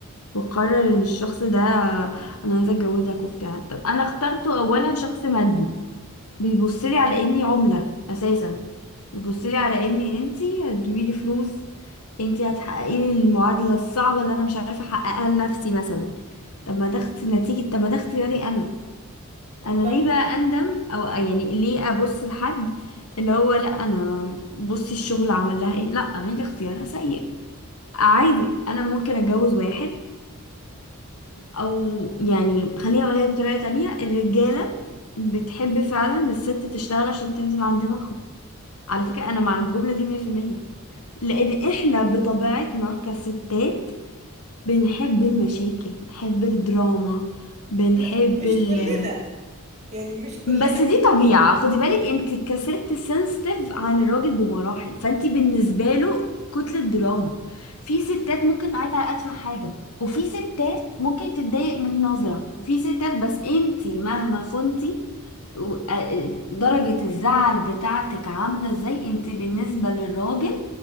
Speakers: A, on the left (about 85°); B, on the right (about 30°).
A: وقرر ان الشخص ده آه، انا عايزه اتجوزك وبتاع طب انا اخترته اولا شخص مادي بيبص لي على اني عمله اساسا بيبص لي على اني انتي هتجيبي لي فلوس انتي هتحققي لي المعادله الصعبه اللي انا مش عارفه احققها لنفسي مثلا طب ما ده اخت- نتيجه طب ما ده اختياري انا انا
B: ف...
A: ليه بقى اندم او آه، يعني ليه ابص لحد اللي هو لا انا بصي الشغل عمل لها ايه لا هي اختيارها سيء عادي انا ممكن اتجوز واحد او يعني خليني اقولها لك بطريقه تانية الرجاله بتحب فعلا الست تشتغل عشان تنزل عند دماغهم على فكره انا مع الجمله دي 100% لان احنا بطبيعتنا كستات بنحب المشاكل بنحب الدراما بنحب
B: لا مش
A: ال
B: كلنا يعني مش كلنا
A: بس دي طبيعة خدي بالك انت كست سنسيتيف عن الراجل بمراحل فانت بالنسبة له كتلة دراما في ستات ممكن تعيط على أتفه حاجة وفي ستات ممكن تتضايق من نظرة وفي ستات بس انت مهما كنتي و- آه، درجة الزعل بتاعتك عاملة ازاي انت بالنسبة للراجل